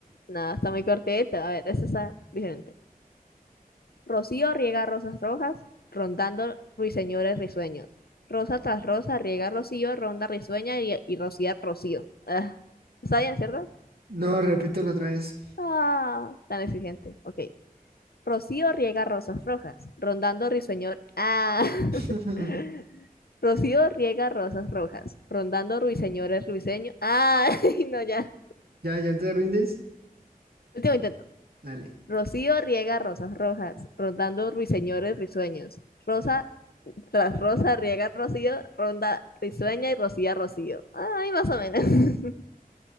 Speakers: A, on the left; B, on the right.
A: No, está muy cortito. A ver, eso está diferente. Rocío riega rosas rojas, rondando ruiseñores risueños. Rosa tras rosa riega rocío, ronda risueña y, y rocía rocío. Ah, ¿Está bien, cierto?
B: No, repítelo otra vez.
A: Ah, tan exigente. Ok. Rocío riega rosas rojas, rondando risueñor. Ah. <laughs>
B: <laughs>
A: Rocío riega rosas rojas, rondando ruiseñores risueños. Ah, <laughs> no, ya.
B: Ya, ya te rindes.
A: Último intento.
B: Dale.
A: Rocío riega rosas rojas, rondando ruiseñores risueños. Rosa Tras Rosa, Riega Rocío, Ronda Risueña y Rocía Rocío. Ay, más o menos. <laughs>